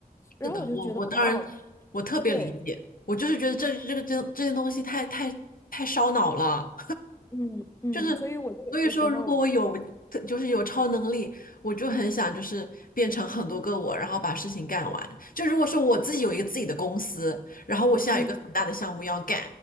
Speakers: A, on the left; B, on the left.
A: 然后我就觉得我说哦，
B: 是的，我我当然我特别理解，
A: 对，
B: 我就是觉得这这个这这些东西太太太烧脑了。
A: 嗯嗯嗯，
B: 就是，
A: 所以我就有的时候，
B: 所以说，如果我有，特就是有超能力，我就很想就是变成很多个我，然后把事情干完。就如果说我自己有一个自己的公司，然后我现在有一个很大的项目要干，
A: 嗯，